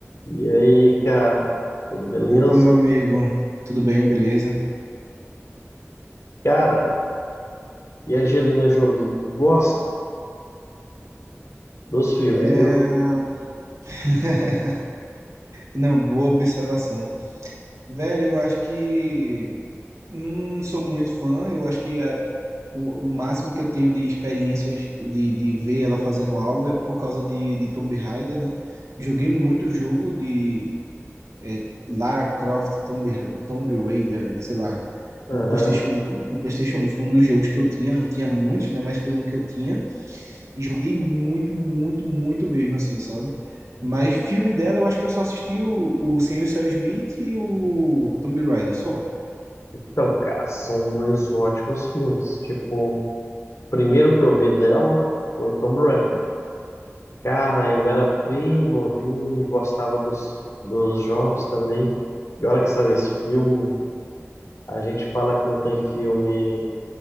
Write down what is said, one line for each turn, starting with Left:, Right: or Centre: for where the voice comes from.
Left: E aí, cara, tudo beleza?
Right: Opa, meu amigo, tudo bem, beleza?
Left: Cara, e a Angelina Jolie, tu gosta dos filmes,
Right: É,
Left: viu?
Right: <laughs> Não, boa observação. Velho, eu acho que não sou muito fã, eu acho que a- o, o máximo que eu tenho de experiências de, de ver ela fazendo algo é por causa de, de Tomb Raider, né? Joguei muito jogo de é, Lara Croft Tomb, Ra- Tomb Raider, né? Sei lá,
Left: Aham.
Right: no PlayStation um No PlayStation um foi um dos jogos que eu tinha, não tinha muitos, né? Mas foi um que eu tinha. E joguei muito, muito, muito mesmo, assim, sabe? Mas filme dela, eu acho que eu só assisti o, o Senhor e Senhora Smith e o Tomb Raider, só.
Left: Então, cara, são dois ótimos filmes. Tipo, o primeiro que eu vi dela foi Tomb Raider. Cara, eu era bem novinho, gostava dos, dos jogos também. E olha que saiu esse filme, a gente fala que não tem filme